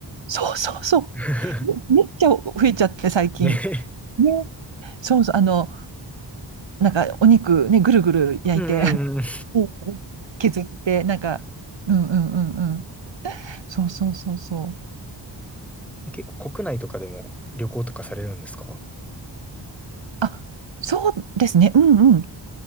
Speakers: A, on the right; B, in the centre.
A: そうそうそ
B: <laughs>
A: う。めめっちゃ増えちゃって最近。
B: ね。
A: ね。そうそう。あの、なんかお肉ね、ぐるぐる焼いて、
B: うんうんうん。
A: <laughs> うん削って、なんか、うんうんうんうん。そうそうそうそう。
B: <laughs> 結構国内とかでも旅行とかされるんですか
A: あ、そうですね。うんうん。